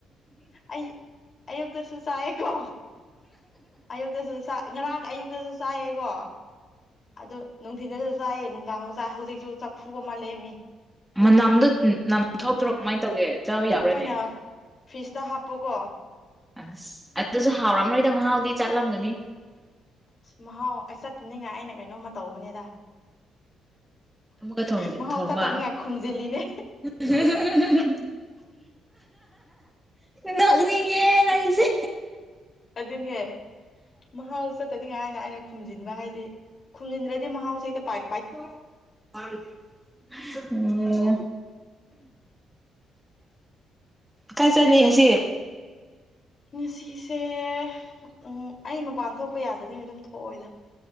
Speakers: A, on the left (about 45°); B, in the centre.
A: ꯑꯩ ꯑꯌꯨꯛꯇꯁꯨ ꯆꯥꯏꯑꯀꯣ ꯑꯌꯨꯛꯇꯁꯨ ꯆꯥꯏ ꯉꯔꯥꯡ ꯑꯌꯨꯛꯇꯁꯨ ꯆꯥꯏꯌꯦꯀꯣ ꯑꯗꯨ ꯅꯨꯡꯊꯤꯗꯁꯨ ꯆꯥꯏꯌꯦ ꯅꯨꯡꯗꯥꯡꯣ ꯆꯥꯏ ꯍꯧꯖꯤꯛꯁꯨ ꯆꯐꯨ ꯑꯃ ꯂꯩꯔꯝꯃꯤ
B: ꯃꯅꯥꯝꯗꯣ ꯅꯝ ꯊꯣꯛꯇ꯭ꯔꯣ ꯀꯃꯥꯏꯅ ꯇꯧꯒꯦ ꯆꯥꯕ ꯌꯥꯕ꯭ꯔꯥꯅꯦ
A: ꯑꯩꯈꯣꯏꯅ ꯐ꯭ꯔꯤꯖꯇ ꯍꯥꯞꯄꯀꯣ
B: ꯑꯁ ꯑꯗꯨꯁꯨ ꯍꯥꯎꯔꯝꯔꯣꯏꯗ ꯃꯍꯥꯎꯗꯤ ꯆꯠꯂꯝꯒꯅꯤ
A: ꯑ ꯃꯍꯥꯎ ꯑꯩ ꯆꯠꯇꯅꯤꯉꯥꯏ ꯑꯩꯅ ꯀꯩꯅꯣꯝꯃ ꯇꯧꯕꯅꯤꯗ
B: ꯑꯃꯨꯛꯀ
A: ꯃꯍꯧꯁꯥ
B: ꯊꯣꯡꯕ
A: ꯇꯥꯅꯤꯡꯉꯥꯏ ꯈꯨꯝꯖꯤꯜꯂꯤꯅꯦ
B: <unintelligible> ꯅꯅꯤꯉ ꯀꯁꯦ
A: ꯑꯗꯨꯅꯦ ꯃꯍꯥꯎ ꯆꯠꯇꯅꯤꯉꯥꯏꯅ ꯑꯩꯅ ꯈꯨꯝꯖꯤꯟꯕ ꯍꯥꯏꯗꯤ ꯈꯨꯟꯖꯟꯗ꯭ꯔꯗꯤ ꯃꯍꯥꯎꯁꯦ ꯍꯦꯛꯇ ꯄꯥꯢ
B: <unintelligible> ꯑꯣ ꯀꯥꯏ ꯆꯠꯅꯤ ꯉꯁꯤ
A: ꯉꯁꯤꯁꯦ ꯎꯝ ꯑꯩ ꯃꯄꯥꯟ ꯊꯣꯛꯄ ꯌꯥꯗꯕꯅꯤꯅ ꯑꯗꯨꯝ ꯊꯣꯛꯑꯣꯏꯗ